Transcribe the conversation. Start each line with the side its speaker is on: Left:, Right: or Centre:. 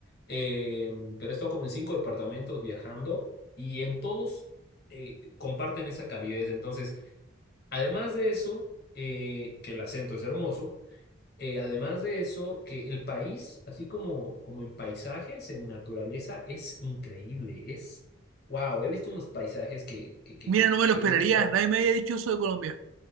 Left: eh, pero he estado como en cinco departamentos viajando y en todos eh, comparten esa calidez. Entonces, además de eso, eh, que el acento es hermoso, eh, además de eso, que el país, así como, como en paisajes, en naturaleza, es increíble. Es, wow, he visto unos paisajes que, que, que,
Right: Mira,
Left: que,
Right: no me lo
Left: que
Right: esperaría,
Left: he dicho,
Right: nadie me había dicho eso de Colombia,